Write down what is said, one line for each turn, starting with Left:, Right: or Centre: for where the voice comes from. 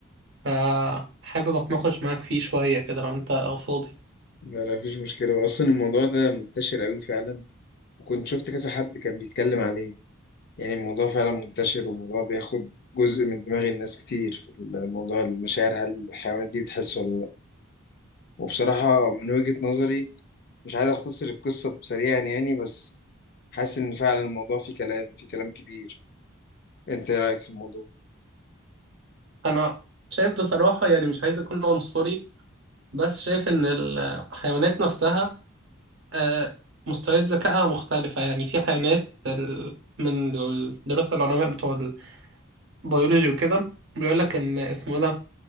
Right: فحابب اتناقش معاك فيه شويه كده لو انت فاضي
Left: لا لا مفيش مشكلة أصلا الموضوع ده منتشر أوي فعلا وكنت شفت كذا حد كان بيتكلم عليه يعني الموضوع فعلا منتشر والموضوع بياخد جزء من دماغ الناس كتير في الموضوع المشاعر هل الحيوانات دي بتحس ولا لأ وبصراحة من وجهة نظري مش عايز أختصر القصة سريعا يعني بس حاسس إن فعلا الموضوع فيه كلام فيه كلام كبير أنت إيه رأيك في الموضوع؟
Right: انا شايف بصراحه يعني مش عايز اكون عنصري بس شايف ان الحيوانات نفسها آه، مستويات ذكائها مختلفة يعني في حيوانات ال- من دراسة العلماء بتوع البيولوجي وكده بيقول لك ان اسمه ايه ده